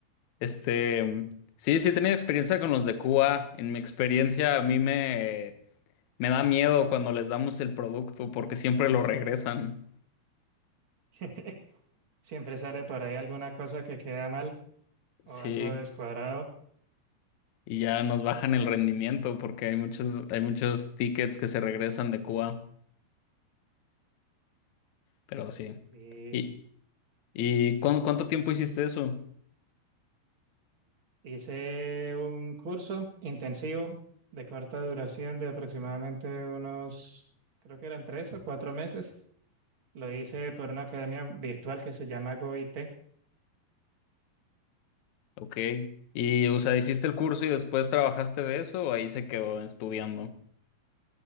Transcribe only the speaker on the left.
Este, sí, sí he tenido experiencia con los de QA. En mi experiencia, a mí me, me da miedo cuando les damos el producto porque siempre lo regresan.
Sí.
y ya nos bajan el rendimiento porque hay muchos, hay muchos tickets que se regresan de Cuba, pero sí.
¿Y, y cuán- cuánto tiempo hiciste eso?
Ok. Y, o sea, ¿hiciste el curso y después trabajaste de eso o ahí se quedó estudiando?